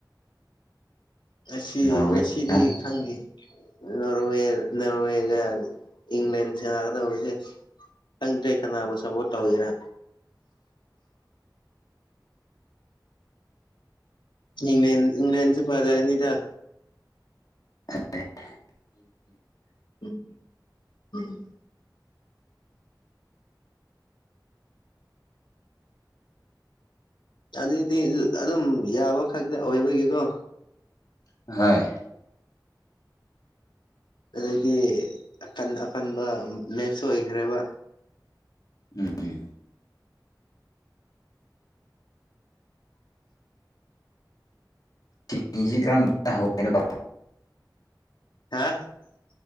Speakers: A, on the left; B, on the left.
A: ꯉꯁꯤ
B: ꯅꯣꯔꯋꯦꯒ
A: ꯉꯁꯤꯗꯤ ꯈꯪꯗꯦ ꯅꯣꯔꯋꯦ ꯅꯣꯔꯋꯦꯒ ꯏꯪꯪꯂ꯭ꯂꯦꯟ ꯁꯅꯥꯛꯒꯗꯁꯦ <unintelligible> ꯇꯪꯗꯦ ꯀꯅꯕ ꯁꯄꯣꯠꯇꯒꯦꯔ ꯏꯪꯪꯂ꯭ꯂꯦꯟ ꯏꯪꯪꯂ꯭ꯂꯦꯟꯁ ꯄꯥꯔꯖꯒꯅꯤꯗ <unintelligible>
B: <inaudible>
A: <inaudible> ꯑꯗꯨꯏꯗꯤ ꯑꯗꯨꯝ ꯌꯥꯕ ꯈꯛꯇ ꯑꯣꯏꯕꯒꯤꯀꯣ
B: <unintelligible>
A: ꯑꯗꯗꯤ ꯑꯀꯟ ꯑꯀꯟꯕ ꯃꯦꯠꯁ ꯑꯣꯏꯈ꯭ꯔꯦꯕ
B: ꯑꯦ <unintelligible> ꯆꯁꯤ ꯀꯝ ꯍꯧꯔ <unintelligible>
A: ꯍꯥ